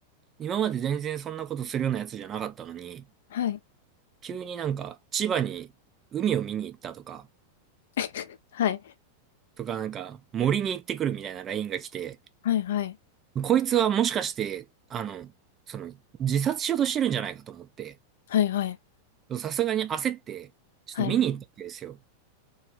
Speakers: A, on the right; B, on the left.
A: 今まで全然そんなことするようなやつじゃなかったのに、
B: はい、
A: 急になんか、千葉に海を見に行ったとか、
B: <laughs> はい。
A: とかなんか、森に行ってくるみたいなラインが来て、
B: はい、はい、
A: こいつはもしかして、あの、その、自殺しようとしてるんじゃないかと思って、
B: はい、はい、
A: さすがに焦って、ちょっと見に行ったわけですよ。
B: はい、